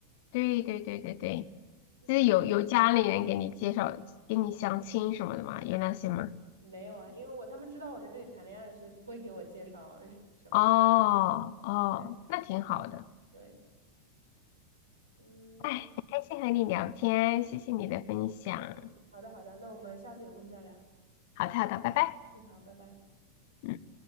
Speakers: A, on the left; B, on the right.
A: 对对对对对，
B: 其实
A: 就是有有家里人给你介绍，给你相亲什么的嘛，有那些吗？
B: 没有啊，因为我他们知道我在这里谈恋爱，所以不会给我介绍 <laughs> 什么。
A: 哦哦，
B: 对
A: 那挺好的。
B: 对，嗯
A: 哎，很开心和你聊天，谢谢你的分享。
B: 嗯，好的好的，那我们下次有空再聊。
A: 好的好的，拜拜。
B: 嗯，好，拜拜。
A: 嗯。